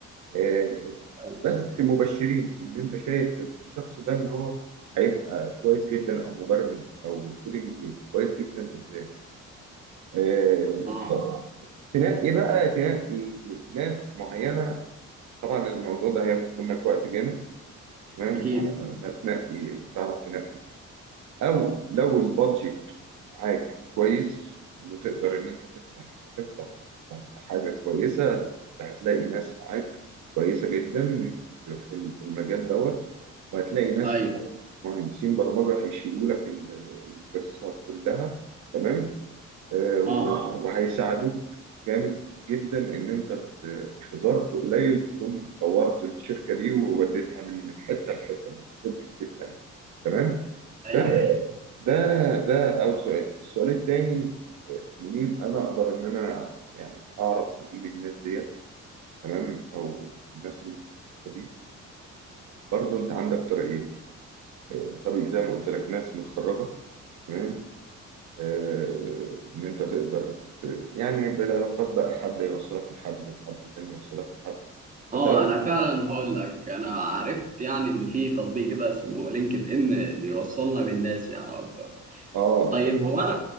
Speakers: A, on the right (about 70°); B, on the right (about 25°).
A: آه،
B: ايوه
A: بس مبشرين ان انت شايف الشخص ده ان هو هيبقى كويس جدا او مبرمج او كودينج كويس جدا قدام آه،
B: اه
A: فتنقي بقى تنقي ناس معينة طبعا الموضوع ده هياخد منك وقت جامد تمام
B: اكيد
A: على ما تنقي تعرف تنقي أو لو البادجت معاك كويس وتقدر إن أنت تفتح تفتح حاجة كويسة لا أنت هتلاقي ناس معاك كويسة جدا في ال- في المجال دوت وهتلاقي ناس
B: ايوه
A: مهندسين برمجة هيشيلوا لك ال- القصة كلها تمام آه، و-
B: اه
A: وهيساعدوك جامد جدا ان انت ت- في ظرف قليل تكون طورت الشركه دي ووديتها من من حته لحته من ستيب لستيب تاني تمام
B: ايوه
A: ده ده ده اول سؤال السؤال التاني آه، منين انا اقدر ان انا يعني اعرف اجيب الناس ديت تمام او الناس المتخصصه دي برضو انت عندك طريقين آه، طريق زي ما قلت لك ناس متخرجه تمام آه، ان انت تقدر ت... يعني بالعلاقات بقى حد يوصلك لحد لحد تاني يوصلك لحد فتعرف
B: اه انا
A: اه
B: فعلا هقول لك انا عرفت يعني ان في تطبيق كده اسمه لينكد ان بيوصلنا بالناس يعني اكتر
A: تمام.
B: طيب هو انا